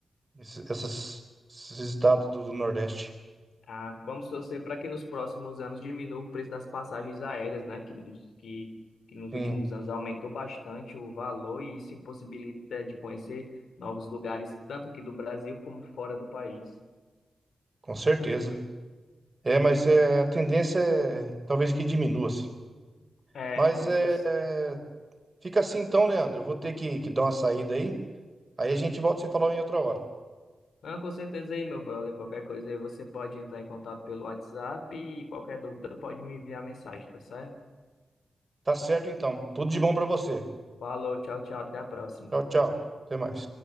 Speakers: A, on the right (about 30°); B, on the left (about 85°).
A: esse- essas, esses estados do, do Nordeste.
B: ah, vamos torcer para que nos próximos anos diminua o preço das passagens aéreas, né? Que nos, que, que nos
A: Tem
B: últimos anos aumentou bastante o valor e isso impossibilita de conhecer novos lugares, tanto aqui do Brasil como fora do país.
A: Com certeza. É, mas é, a tendência é talvez que diminua, assim.
B: É,
A: Mas
B: vamos
A: é,
B: torcer.
A: é, fica assim então, Leandro. Eu vou ter que, que dar uma saída aí. Aí a gente volta a se falar em outra hora.
B: Não, com certeza aí, meu brother. Qualquer coisa aí você pode entrar em contato pelo WhatsApp e qualquer dúvida pode me enviar mensagem, tá certo?
A: Tá certo então. Tudo de bom pra você.
B: Falou, tchau, tchau, até a próxima.
A: Tchau, tchau. Até mais.